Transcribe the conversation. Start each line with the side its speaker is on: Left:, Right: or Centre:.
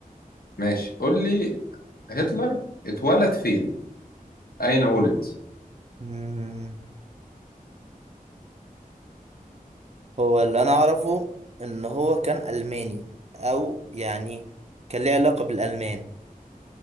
Left: ماشي قول لي هتلر اتولد فين أين ولد
Right: مم. هو اللي انا اعرفه ان هو كان الماني او يعني كان ليه علاقة بالالمان